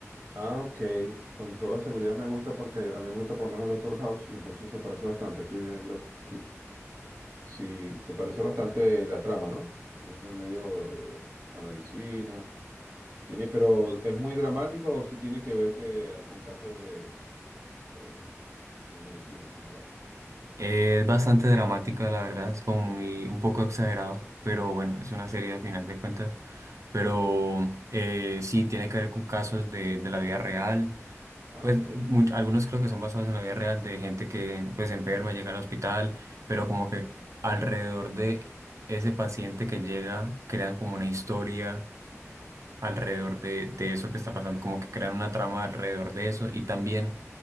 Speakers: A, on the right; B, on the right.
A: Ah, ok, con toda seguridad me gusta porque a mí me gusta por lo menos Doctor House y entonces se parece bastante, estoy viendo aquí. Sí, se parece bastante la trama, ¿no? En el medio de la medicina. Tiene, pero ¿es muy dramático o si tiene que ver que, con casos de, de, de medicina como tal?
B: Es bastante dramática, la verdad, es como muy, un poco exagerado, pero bueno, es una serie al final de cuentas. Pero eh, sí, tiene que ver con casos de, de la vida real.
A: Ah,
B: Pues
A: ok,
B: mu- algunos creo que son basados en la vida real de gente que pues enferma, llega al hospital, pero como que alrededor de ese paciente que llega crean como una historia alrededor de, de eso que está pasando, como que crean una trama alrededor de eso y también